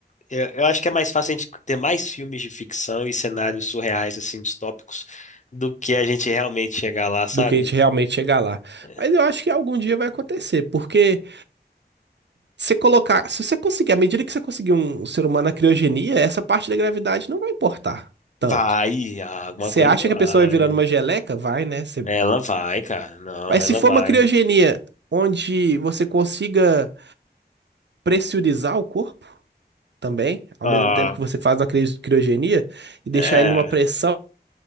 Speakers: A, on the left; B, on the right.
A: eu, eu acho que é mais fácil a gente ter mais filmes de ficção e cenários surreais, assim, distópicos, do que a gente realmente chegar lá, sabe?
B: do que a gente realmente chegar lá.
A: É,
B: Mas eu acho que algum dia vai acontecer, porque você colocar, se você conseguir, à medida que você conseguir um, um ser humano na criogenia, essa parte da gravidade não vai importar
A: vai,
B: tanto.
A: ah, alguma
B: Você
A: coisa
B: acha
A: vai.
B: que a pessoa vai virando uma geleca? Vai, né? Você-
A: Ela vai, cara. Não,
B: Mas
A: ela
B: se for
A: vai.
B: uma criogenia onde você consiga pressurizar o corpo também, ao
A: Ah,
B: mesmo tempo que você faz uma cri- criogenia, e deixar
A: é,
B: ele numa pressão